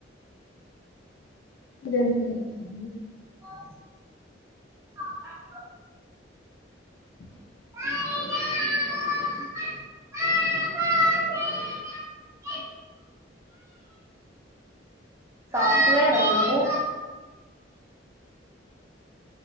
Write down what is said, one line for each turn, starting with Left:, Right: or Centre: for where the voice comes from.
Left: దేంట్లో <unintelligible>
Right: <inaudible>
Left: <inaudible>
Right: <unintelligible> సాఫ్ట్‌వేర్ ఆ నువ్వు